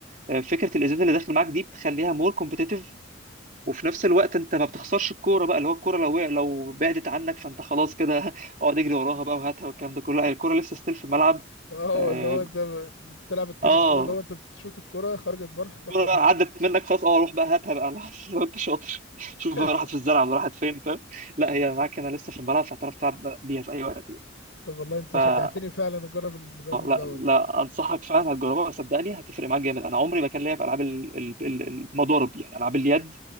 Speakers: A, on the right; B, on the left.
A: آه، فكره الازاز اللي داخل معاك دي بتخليها مور كومبتيتيف وفي نفس الوقت انت ما بتخسرش الكوره بقى اللي هو الكوره لو وقع- لو بعدت عنك فانت خلاص كده <laughs> اقعد اجري وراها بقى وهاتها والكلام ده كله لا الكوره لسه ستيل في الملعب
B: اه
A: اه
B: اللي هو انت بتلعب التنس
A: آه،
B: كده اللي هو انت بتشوت الكرة خرجت بره روح
A: الكوره
B: جابها
A: عدت
B: بقى
A: منك خلاص اه روح بقى هاتها بقى <laughs> لو انت شاطر شوف
B: <laughs>
A: بقى راحت في الزرع ولا راحت فين فاهم لا هي معاك هنا لسه في الملعب فهتعرف تلعب بيها في اي وقت
B: طب والله
A: يعني
B: انت شجعتني فعلا اجرب البادل
A: آه، لا
B: دوت
A: لا انصحك فعلا هتجربها صدقني هتفرق معاك جامد انا عمري ما كان ليا في العاب ال- ال- ال- المضارب يعني العاب اليد